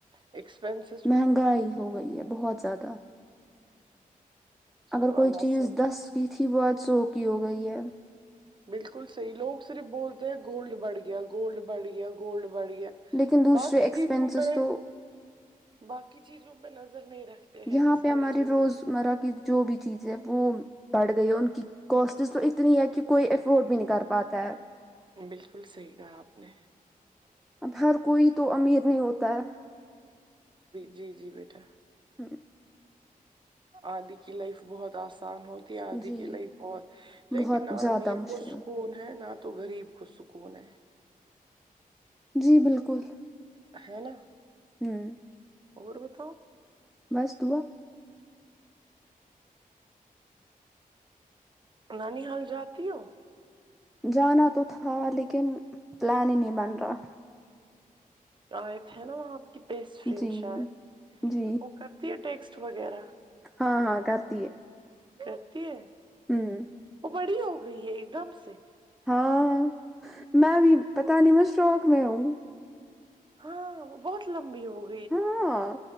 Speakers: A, on the right (about 30°); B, in the centre.
A: ایکسپینس
B: مہنگائی ہو گئی ہے بہت زیادہ
A: چلو
B: اگر کوئی
A: اللہ
B: چیز
A: سب
B: دس کی تھی وہ آج سو کیی ہو گئی ہے
A: بالکل صحیح لوگ صرف بولتے ہیں گولڈ بڑھ گیا گولڈ بڑھ گیا گولڈ بڑھ گیا
B: لیکن دوسرے
A: باقی
B: ایکسپینسز
A: چیزوں پہ
B: تو
A: باقی چیزوں پہ نظر نہیں رکھتے ہیں
B: یہاں
A: کہ
B: پہ
A: ساری
B: ہماری
A: چیزیں
B: روزمرہ کی جو بھی چیزیں وہ بڑھ گئی ہے ان کی کوسٹس تو اتنی ہے کہ کوئی افورڈ بھی نہیں کر پاتا ہے
A: بالکل صحیح کہا آپ نے
B: اب ہر کوئی تو امیر نہیں ہوتا ہے
A: جی جی بیٹا
B: ہاں
A: آدی کی لائف بہت آسان ہوتی آدی
B: جی
A: کے لے بہت لیکن
B: بہت
A: نہ
B: زیادہ
A: امیر
B: مشکل
A: کو سکون ہے نہ تو غریب پر سکون ہے
B: جی بالکل
A: ہے نا
B: ہمم
A: اور بتاؤ
B: بس دعا
A: نانی حال جاتی ہو
B: جانا تو تھا لیکن پلان ہی نہیں بن رہا
A: آئے تھے نا وہاں آپ بستفرینڈ
B: جی
A: شاید
B: جی
A: وہ کرتی ہے ٹیکسٹ وغیرہ
B: ہاں ہاں کرتی
A: کرتی ہے
B: ہوں
A: وہ بڑی ہوگئی ہے ایک دم سے
B: ہاں ہاں میں ابھی پتا نہیں شاک میں ہوں
A: ہاں وہ بہت لمبی ہوگئی
B: ہاںں